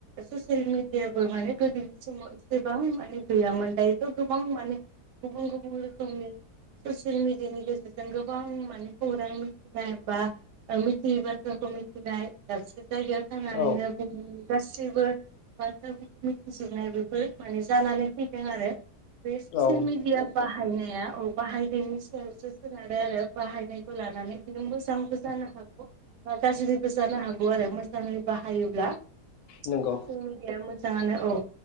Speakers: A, on the right (about 80°); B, on the left (about 70°).
A: ससियेल मिडियाबो माने गोदोनि समाव एसेबां माने गैयामोन दायोथ' गोबां माने गुबुन गुबुन रोखोमनि ससियेल मिडियानि गेजेरजों गोबां माने खौरां मिथिनाय बा मिथियै बाथ्राखौ मिथिनाय दाबसे जायगायाव थानानैनो
B: औ
A: बुहुमनि गासैबो बाथ्राफोरखौ मिथिनो <unintelligible> बिजिनाय बेफोर माने जानानै फैदों आरो बे ससियेल
B: औ
A: मिडिया बाहायनाया औ बाहायनायनि सायावसो सोनारो आरो बाहायनायखौ लानानै मोजांबो जानो हागौ बा गाज्रिबो जानो हागौ आरो मोजाङै बाहायोब्ला ससियेल
B: नंगौ
A: मिडिया मोजाङानो औ